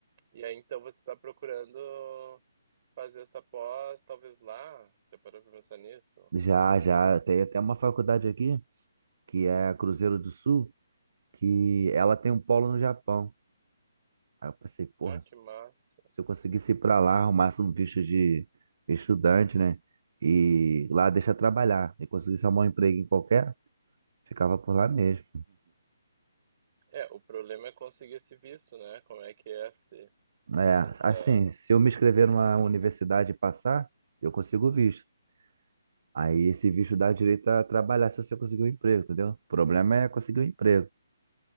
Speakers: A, on the right; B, on the right.
A: E aí então você está procurando fazer essa pós, talvez lá. Já parou pra pensar nisso?
B: Já, já. Tem até uma faculdade aqui, que é a Cruzeiro do Sul, que ela tem um polo no Japão. Aí eu pensei, porra,
A: Ah, que massa.
B: Se eu conseguisse ir pra lá, arrumasse um visto de estudante, né? E lá deixa trabalhar. E conseguisse arrumar um emprego em qualquer, ficava por lá mesmo.
A: É, o problema é conseguir esse visto, né? Como é que é esse,
B: É,
A: essa.
B: assim, se eu me inscrever numa universidade
A: É muito...
B: e passar, eu consigo o visto. Aí esse visto dá direito a trabalhar se você conseguir um emprego, entendeu? O problema é conseguir um emprego.